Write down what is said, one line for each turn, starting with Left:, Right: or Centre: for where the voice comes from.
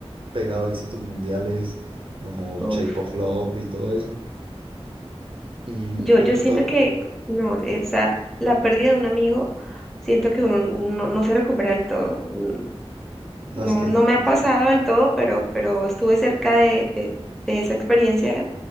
Right: pegado éxitos mundiales como Shape
Centre: Uf.
Right: of Love y todo eso. Y,
Centre: Yo,
Right: y como
Centre: yo
Right: que
Centre: siento
Right: todo,
Centre: que, no, esa, la pérdida de un amigo, siento que uno no, no se recupera del todo. N-
Right: no
Centre: No,
Right: es que
Centre: no
Right: es difícil.
Centre: me ha pasado del todo, pero, pero estuve cerca de, de, de esa experiencia